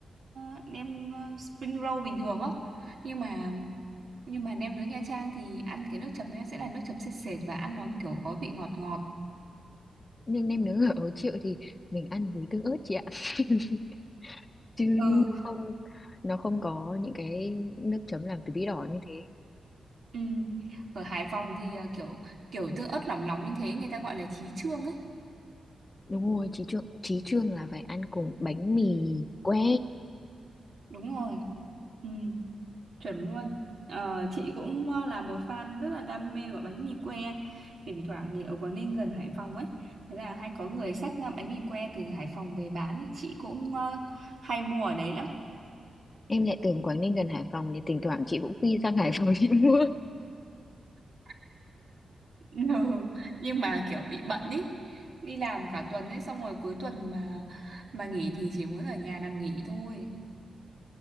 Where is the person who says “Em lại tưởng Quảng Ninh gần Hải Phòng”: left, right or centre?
Left